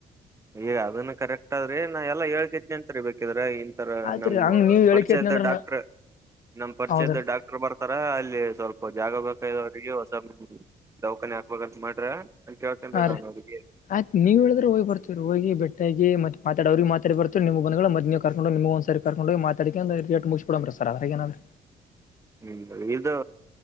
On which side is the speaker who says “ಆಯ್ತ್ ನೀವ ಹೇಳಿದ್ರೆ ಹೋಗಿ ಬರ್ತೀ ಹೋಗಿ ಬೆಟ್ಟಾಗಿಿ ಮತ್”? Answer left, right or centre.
Left